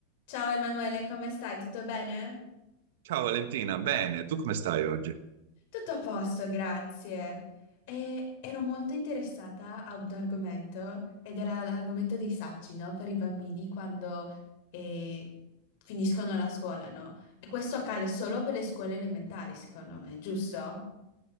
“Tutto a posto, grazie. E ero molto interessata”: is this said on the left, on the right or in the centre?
Left